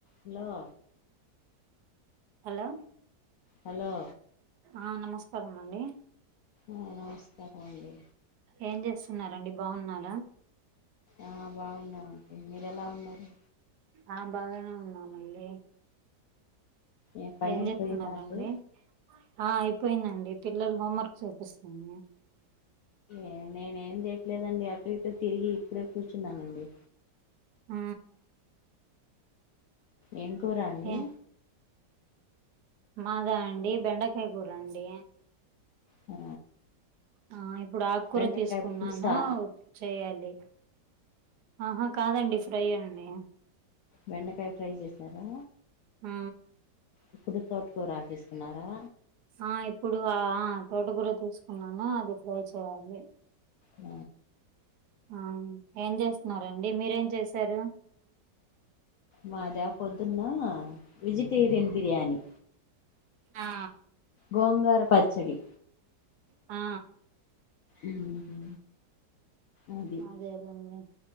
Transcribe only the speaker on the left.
hello
hello
ఆ నమస్కారం అండి
ఆ బాగున్నామండి మీరు ఎలా ఉన్నారు
ఏ పని
అయిపోయిందా
అండి
ఏ నేనేం చేయట్లేదండి అటూ ఇటూ తిరిగి ఇప్పుడే కూర్చున్నానండి
ఏం కూర అండి
ఆ
బెండకాయ
పులుసా
బెండకాయ ఫ్రై చేశారా
ఇప్పడు తోటకూరాకు తీసుకున్నారా
ఊ
మాదా పొద్దున్న వెజిటేరియన్ బిర్యానీ
గోంగూర పచ్చడి
ఊహూ ఆ